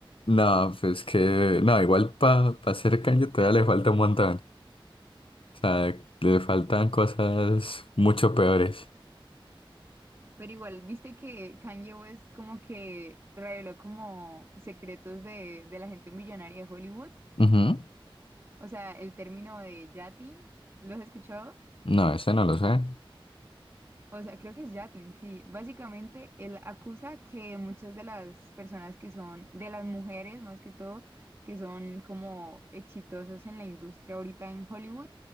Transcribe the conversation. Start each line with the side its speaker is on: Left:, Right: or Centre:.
Left: No, pues que, no, igual para hacer Kanye todavía le falta un montón. O sea, le faltan cosas mucho peores.
Right: Pero igual, viste que Kanye West como que reveló como secretos de, de la gente millonaria de Hollywood.
Left: Ujú.
Right: O sea, el término de yachting, ¿lo has escuchado?
Left: No, ese no lo sé.
Right: O sea, creo que es Yatin, sí. Básicamente, él acusa que muchas de las personas que son, de las mujeres más que todo, que son como exitosas en la industria ahorita en Hollywood,